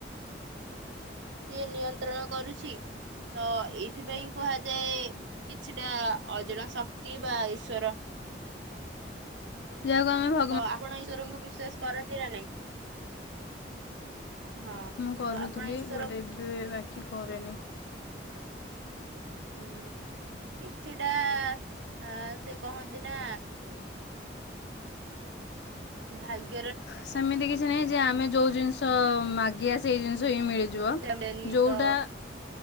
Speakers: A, on the right (about 75°); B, on the left (about 65°).
A: ସିଏ ନିୟନ୍ତ୍ରଣ କରୁଛି। ତ ଏଇଥିପାଇଁ କୁହାଯାଏ କିଛିଟା ଅଜଣା ଶକ୍ତି ବା ଈଶ୍ଵର।
B: ଯାହାକୁ ଆମେ ଭ
A: ତ ଆପଣ ଈଶ୍ୱରଙ୍କୁ ବିଶ୍ଵାସ କରନ୍ତି ନା ନାଇଁ? ହଁ ତ
B: ମୁଁ କରୁଥିଲି
A: ଆପଣ ଇଶ୍ୱର
B: ବଟ୍ ଏବେ ବାକି କରେନି।
A: ହୁଁ କିଛିଟା ଆ ସେ କହନ୍ତି ନା ଭାଗ୍ୟର
B: ସେମିତି କିଛି ନାହିଁ ଯେ ଆମେ ଯୋଉ ଜିନିଷ
A: ନଥିଲେ
B: ମାଗିବା ସେଇ ଜିନିଷ ହିଁ ମିଳିଯିବ।
A: ଡେନି
B: ଯେଉଁଟା
A: ତ